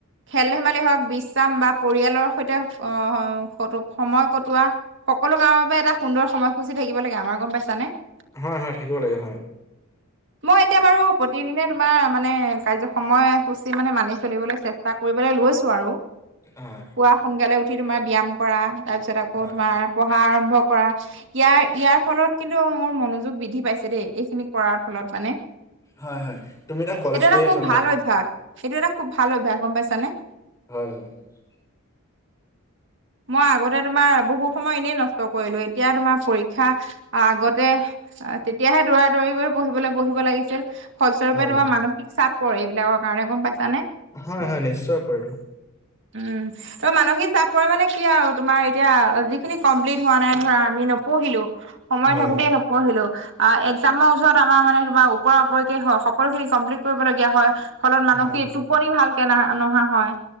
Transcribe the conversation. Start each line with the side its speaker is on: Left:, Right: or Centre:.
Right: খেল-ধেমালি হওক, বিশ্ৰাম বা পৰিয়ালৰ সৈতে <unintelligible> সময় কটোৱা। সকলো কামৰ বাবে এটা সুন্দৰ সময়সূচী থাকিব লাগে আমাৰ গম পাইছানে? <unintelligible>
Left: হয়-হয়, থাকিব লাগে হয়। <inaudible>
Right: মই এতিয়া বাৰু প্ৰতিদিনে <unintelligible> তোমাৰ মানে কাৰ্য্য সময়সূচী মানে মানি চলিবলৈ চেষ্টা কৰিবলৈ লৈছোঁ আৰু। <unintelligible>
Left: হয়। <inaudible>
Right: পুৱা সোনকালে উঠি তোমাৰ ব্যায়াম কৰা তাৰ পিছত আকৌ
Left: হয়
Right: তোমাৰ পঢ়া আৰম্ভ কৰা। <unintelligible> ইয়াৰ-ইয়াৰ ফলত কিন্তু মোৰ মনোযোগ বৃদ্ধি পাইছে দেই এইখিনি কৰাৰ ফলত মানে। <unintelligible>
Left: হয় হয় তুমি এতিয়া কলেজ
Right: সেইটো
Left: পঢ়ি
Right: এটা
Left: আছা
Right: খুব
Left: ন
Right: ভাল অভ্যাস। এইটো এটা খুব ভাল অভ্যাস গম পাইছানে? <unintelligible>
Left: হয়-হয়। <unintelligible>
Right: মই আগতে তোমাৰ বহু সময় এনেই নষ্ট কৰিলো। এতিয়া তোমাৰ <unintelligible> পৰীক্ষা আগতে তেতিয়াহে দৌৰা-দৌৰি কৰি পঢ়িবলৈ বহিব লাগিছিল। <unintelligible> ফলস্বৰূপে
Left: হয়
Right: তোমাৰ মানসিক চাপ পৰে, এইবিলাকৰ কাৰণে গম পাইছানে? <unintelligible>
Left: হয়-হয়, নিশ্চয় পৰেটো। <unintelligible>
Right: উম। <inaudible> ত মানসিক চাপ পৰে মানে কি আৰু তোমাৰ এতিয়া যিখিনি কমপ্লিট হোৱা নাই ধৰা আমি <unintelligible> নপঢ়িলো, সময়
Left: হয়
Right: থাকোঁতেই নপঢ়িলো। <unintelligible> আহ একজামৰ ওচৰত আমাৰ মানে তোমাৰ ওপৰা-ওপৰিকে হ‌ওক সকলোখিনি কমপ্লিট কৰিবলগীয়া হয়। <unintelligible> ফলত মানসিক
Left: হয়
Right: টোপনি ভালকে ন নহা হয়।